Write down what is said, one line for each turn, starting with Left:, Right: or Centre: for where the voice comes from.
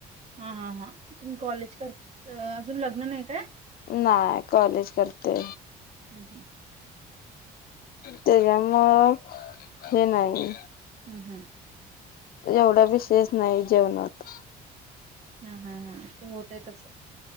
Right: हा हा हा तुम्ही कॉलेज कर अजून लग्न नाही काय.
Left: नाय कॉलेज करते.
Right: हं हं.
Left: त्याच्यामुळ हे नाही.
Right: हं हं.
Left: एवढा विशेष नाही जेवणात.
Right: हा हा हा ते होतय तसं.